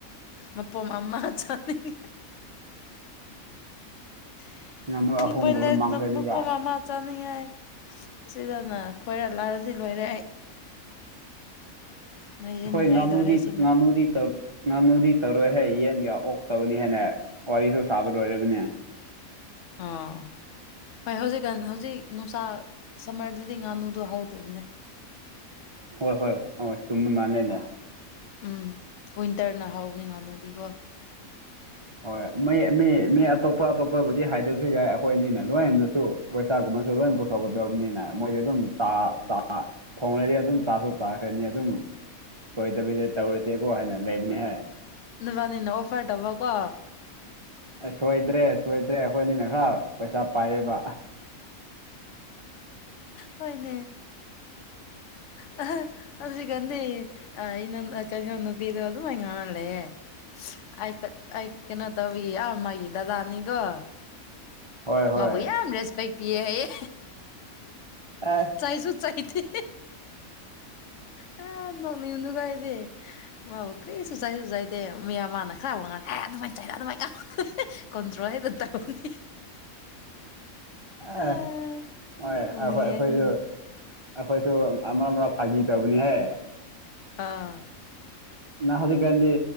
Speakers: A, on the left (about 65°); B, on the right (about 45°).
A: ꯃꯄꯣꯝ ꯑꯃ ꯆꯅꯤꯡ <unintelligible>
B: ꯉꯥꯅꯨ ꯑꯍꯨꯝꯒꯨꯝꯕ ꯃꯥꯡꯈ꯭ꯔꯅꯤꯕ
A: ꯑꯁꯤꯗꯅ ꯈꯣꯏꯔ ꯂꯥꯜꯂꯗꯤ ꯂꯣꯏꯔꯦ ꯑꯩ ꯅꯣꯏꯗꯤ
B: ꯍꯣꯏ
A: ꯅꯨꯡꯉꯥꯏꯗꯧꯔꯦ
B: ꯉꯥꯅꯨꯗꯤ
A: ꯑꯁꯦꯡꯕ
B: ꯉꯥꯅꯨꯗꯤ ꯇꯧꯔ ꯉꯥꯅꯨꯗꯤ ꯇꯧꯔꯣꯏꯍꯦ ꯌꯦꯟꯒ ꯑꯣꯛꯛꯇꯕꯅꯤ ꯍꯥꯏꯦꯅ ꯋꯥꯔꯤꯁꯨ ꯁꯥꯕ ꯂꯣꯏꯔꯕꯅꯦ
A: ꯑꯥ ꯍꯣꯏ ꯍꯧꯖꯤꯛꯀꯥꯟ ꯍꯧꯖꯤꯛ ꯅꯨꯡꯁꯥ ꯁꯝꯃꯔꯗꯗꯤ ꯉꯥꯅꯨꯗꯣ ꯍꯧꯗꯕꯅꯦ
B: ꯍꯣꯏ ꯍꯣꯏ ꯍꯣꯏ ꯆꯨꯝꯕ ꯃꯥꯜꯂꯦꯅꯦ
A: ꯎꯝ ꯋꯤꯟꯇꯔꯅ ꯍꯥꯎꯕꯅꯤ ꯉꯥꯅꯨꯗꯤꯀꯣ
B: ꯍꯣꯏ ꯃꯤ ꯃꯤ ꯃꯤ ꯑꯇꯣꯞꯄ ꯑꯇꯣꯞꯄꯕꯨꯗꯤ ꯍꯥꯏꯗꯁꯨ ꯌꯥꯏ ꯑꯩꯈꯣꯏ ꯑꯅꯤꯅ ꯂꯣꯏꯅꯁꯨ ꯄꯩꯁꯥꯒꯨꯝꯕꯁꯨ ꯂꯣꯏꯝ ꯄꯨꯊꯣꯛꯀꯗꯕꯅꯤꯅ ꯃꯣꯏꯗꯤ ꯑꯗꯨꯝ ꯥ ꯆ ꯊꯣꯡꯡꯂꯗꯤ ꯑꯗꯨꯝ ꯆꯥꯁꯨ ꯆꯥꯈ꯭ꯔꯅꯤ ꯑꯗꯨꯝ ꯁꯣꯏꯗꯕꯤꯗ ꯇꯧꯔꯁꯦꯕꯨ ꯍꯥꯏꯅ ꯂꯩꯕꯅꯤ ꯍꯦ
A: ꯅꯕꯟꯅꯤꯅ ꯑꯣꯐꯔ ꯇꯧꯕ ꯀꯣ
B: ꯑ ꯁꯣꯏꯗ꯭ꯔꯦ ꯁꯣꯏꯗ꯭ꯔꯦ ꯑꯩꯈꯣꯏ ꯑꯅꯤꯅ ꯈꯔ ꯄꯩꯁꯥ ꯄꯥꯏꯌꯦꯕ
A: ꯍꯣꯏꯅꯦ ꯑ ꯑꯗꯨ ꯀꯟꯗꯤ ꯑ ꯏꯅꯣ ꯀꯩꯅꯣ ꯅꯨꯄꯤꯗ ꯑ ꯑꯗꯨ ꯉꯥꯡꯉꯥꯂꯩꯌꯦ ꯑꯩ ꯑꯩ ꯀꯩꯅꯣ ꯇꯧꯏ ꯑꯥ ꯃꯥꯒꯤ ꯗꯗꯥ ꯑꯅꯤꯗꯣ
B: ꯍꯣꯏ ꯍꯣꯏ
A: ꯃꯥꯕꯨ ꯌꯥꯝ ꯔꯦꯁꯄꯦꯛ ꯄꯤꯌꯦ ꯑꯩ
B: ꯑꯦ
A: ꯆꯥꯏꯁꯨ ꯆꯥꯏꯊꯦ ꯑ ꯅꯣꯛꯅꯤꯗꯨꯒ ꯑꯩꯗꯤ ꯃꯥꯕꯨ ꯀ꯭ꯔꯤꯁꯨ ꯆꯥꯏꯁꯨ ꯆꯥꯏꯗꯦ ꯃꯤꯌꯥꯝ ꯃꯥꯥꯟꯅ ꯈꯔꯕ ꯉꯔꯦ ꯍꯦ ꯑꯗꯨꯃꯥꯏꯅ ꯆꯥꯏꯔ ꯑꯗꯨꯃꯥꯏꯅ ꯀꯣꯟꯗ꯭ꯔꯣꯑꯦꯗ ꯇꯧꯅꯤ
B: ꯑꯦ
A: ꯑꯥ
B: ꯍꯣꯏ ꯑꯩꯈꯣꯏ
A: ꯅꯣꯛꯅꯤꯡꯉꯦ
B: ꯑꯩꯈꯣꯏꯁꯨ
A: ꯑꯩꯗꯤ
B: ꯑꯩꯈꯣꯏꯁꯨ ꯑꯥꯃꯔꯛ ꯑꯥꯃꯔꯛ ꯐꯥꯒꯤ ꯇꯧꯕꯅꯤꯍꯦ
A: ꯑꯥ
B: ꯅ ꯍꯧꯖꯤꯛꯀꯥꯟꯗꯤ